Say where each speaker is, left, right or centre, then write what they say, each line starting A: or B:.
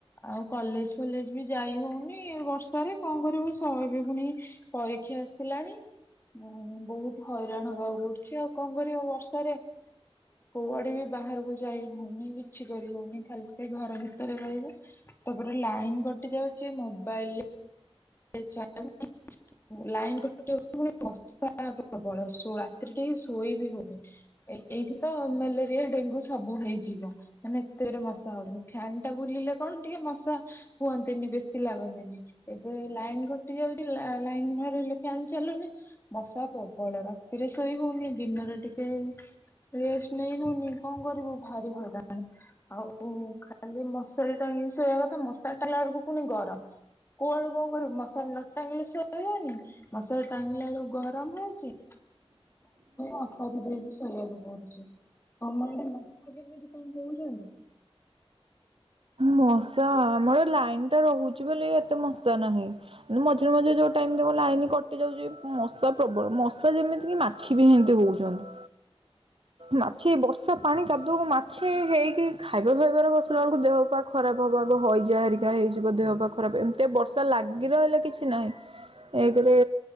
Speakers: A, on the left (about 20°); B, on the right (about 60°).
A: ଆଉ କଲେଜ ଫଲେଜ ବି ଯାଇ ହଉନି ବର୍ଷାରେ କଣ କରିବୁ ସହଜେ ପୁଣି ପରୀକ୍ଷା ଆସିଲାଣି। ବହୁତ ହଇରାଣ ହବାକୁ ପଡୁଛି ଆଉ କଣ କରିବୁ ବର୍ଷାରେ। କୁଆଡେ ବି ବାହାରକୁ ଯାଇ ହଉନି କିଛି କରି ହଉନି। ଖାଲି ସେ ଘର ଭିତରେ ରହିବୁ। ତାପରେ ଲାଇନ୍ କଟି ଯାଉଚି ମୋବାଇଲରେ <unintelligible> ଲାଇନ୍ କଟିଲେ ପୁଣି ମଶା ପ୍ରବଳ ରାତି ରେ ଟିକେ ଶୋଇ ବି ହଉନି। ଏଇଠି ତ ମେଲେରିଆ ଡେଙ୍ଗୁ ସବୁ ହେଇଯିବ। ମାନେ ଏତେ ଜୋରରେ ମଶା ହଉଛନ୍ତି। ଫ୍ୟନ୍ ଟା ବୁଲିଲେ କଣ ଟିକେ ମଶା ହୁଅନ୍ତିନି ବେଶୀ ଲାଗନ୍ତିନି। ଏ ଏ ଲାଇନ୍ କଟି ଯାଉଚି ଲାଏ ଲାଇନ ନରହିଲେ ଫ୍ୟାନ୍ ଚାଲୁନି। ମଶା ପ୍ରବଳ ର ରାତିରେ ଶୋଇ ହଉନି। ଦିନରେ ଟିକେ ରେଷ୍ଟ ନେଇ ହଉନି। କଣ କରିବ ଭାରି ହଇରାଣ। ଆଉ ଖାଲି ମଶାରି ଟାଙ୍ଗିକି ସୋଇବା କଥା ମଶାରି ଟାଙ୍ଗିଲା ବେଳକୁ ପୁଣି ଗରମ। କୋଉଆଦୁଟ କଣ କରିବୁ। ମଶାରି ନ ଟାଙ୍ଗିଲେ ସୋଇ ହଉନି ମସଲା ଟାଙ୍ଗିଲା ବେଳକୁ ଗରମ ହଉଚି। <unintelligible> ମଶାରି ଦେଇକି ଶୋଇବାକୁ ପଡୁଚି। <unintelligible> ମଶା କେମିତି କଣ ହଉଛନ୍ତି?
B: ମଶା ଆମର ଲାଇନ ଟା ରହୁଚି ବୋଲି ଏତେ ମଶା ନାହିଁ। ମଝିରେ ମଝିରେ ଯୋଉ ଟାଇମ ରେ ଦେଖିବ ଲାଇନ କଟି ଯାଉଚି ମଶା ପ୍ରବଳ। ମଶା ଯେମିତି କି ମା ଛି ବି ହେମତି ହଉଛନ୍ତି। ମାଛି ବର୍ଷା ପାଣି କାଦୁଅକୁ ମାଛି ହେଇକି ଖାଇବା ଫାଇବା ଫାଇବାରେ ବସିଲା ବେଳକୁ ଦେହ ପା ଖରାପ ହବା ଆଗ। ହଇଜା ହେରିକା ହେଇଯିବ ଦେହପା ଖରାପ। ଏମିତିଆ ବର୍ଷା ଲାଗି ରହିଲେ କିଛି ନାହିଁ। ଏକରେ